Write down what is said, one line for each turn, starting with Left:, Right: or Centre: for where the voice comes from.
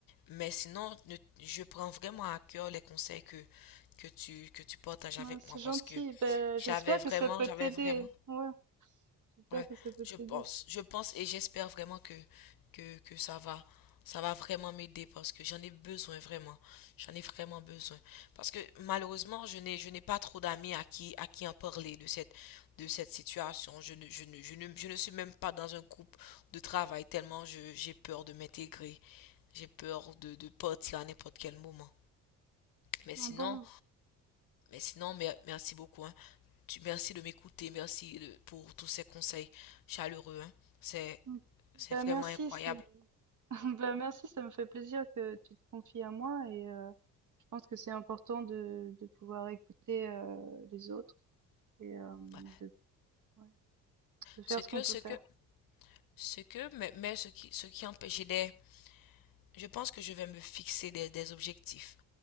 Left: Mais sinon, ne- je prends vraiment à cœur les conseils que, que tu, que tu partages
Right: Ouais,
Left: avec
Right: c'est
Left: moi
Right: gentil.
Left: parce que
Right: Ben,
Left: j'avais
Right: j'espère
Left: vraiment,
Right: que ça peut
Left: j'avais
Right: t'aider.
Left: vraiment
Right: Ouais, j'espère
Left: Ouais,
Right: que ça peut
Left: je
Right: t'aider.
Left: pense, je pense et j'espère vraiment que, que, que ça va, ça va vraiment m'aider parce que j'en ai besoin vraiment, j'en ai vraiment besoin parce que malheureusement je n'ai, je n'ai pas trop d'amis à qui, à qui en parler de cette, de cette situation. Je ne, je ne, je ne, je ne suis même pas dans un groupe de travail tellement je, j'ai peur de m'intégrer, j'ai peur de, de partir à n'importe quel moment. Mais sinon,
Right: Ah bon?
Left: mais sinon, mer- merci beaucoup, hein. Tu, merci de m'écouter, merci de- pour tous ces conseils chaleureux, hein. C'est,
Right: Mm.
Left: c'est
Right: Ben
Left: vraiment
Right: merci,
Left: incroyable.
Right: c'est <laughs> ben merci, ça me fait plaisir que tu te confies à moi et euh, je pense que c'est important de, de pouvoir écouter euh, les autres et euh, de,
Left: Ouais.
Right: ouais, de faire
Left: Ce que,
Right: ce qu'on peut
Left: ce
Right: faire.
Left: que, ce que, mais, mais ce qui, ce qui empêchait des, je pense que je vais me fixer des, des objectifs.